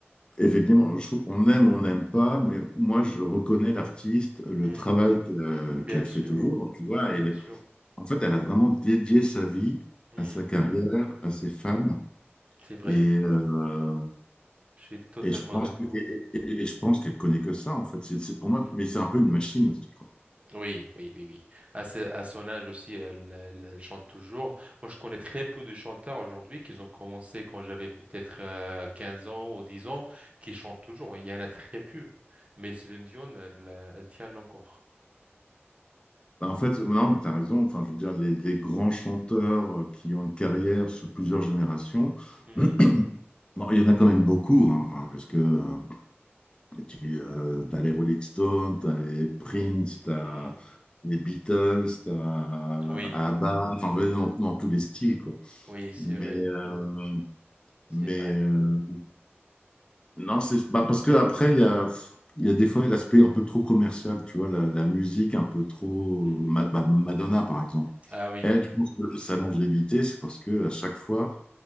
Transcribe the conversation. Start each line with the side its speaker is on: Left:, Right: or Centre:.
Left: effectivement, je trouve qu'on aime ou on n'aime pas, mais moi, je reconnais l'artiste, le
Right: Hmm,
Left: travail que- euh,
Right: bien
Left: qu'elle fait
Right: sûr,
Left: toujours, tu vois.
Right: bien
Left: Et,
Right: sûr.
Left: en fait, elle a vraiment dédié sa vie
Right: Hmm,
Left: à sa carrière, à ses fans.
Right: c'est vrai.
Left: Et, euh,
Right: Je suis totalement
Left: Et je pense
Right: d'accord.
Left: que, et, et- et- et je pense qu'elle connaît que ça, en fait. C'est c'est pour moi,
Right: Hmm.
Left: mais c'est un peu une machine aussi, quoi.
Right: Oui, oui, oui, oui. À, ce- à son âge aussi, elle, elle- elle chante toujours. Moi, je connais très peu de chanteurs aujourd'hui qui ont commencé quand j'avais peut-être euh, 15 ans ou 10 ans, qui chantent toujours. Il y en a très peu. Mais Céline Dion, elle, euh, elle tient encore.
Left: Bah, En fait, non, tu as raison. Enfin, je veux dire, les, les grands chanteurs euh, qui ont une carrière sur plusieurs générations, <clears throat>
Right: Mhm.
Left: bon, il y en a quand même beaucoup, hein, enfin, parce que euh, Tu euh, as les Rolling Stones, tu as les Prince, tu as
Right: Mhm.
Left: les Beatles, tu as
Right: Oui,
Left: ABBA, enfin, je veux dire, dans, dans tous les styles, quoi.
Right: oui, c'est
Left: Mais,
Right: vrai,
Left: euh,
Right: c'est
Left: mais
Right: vrai.
Left: euh, non, c'est bah, parce que après, il y a. Il y a des fois l'aspect un peu trop commercial, tu vois, la, la musique un peu trop.
Right: Mhm.
Left: Ma- bah, Madonna, par exemple.
Right: Ah oui,
Left: Elle, je pense que sa longévité, c'est parce que à chaque fois,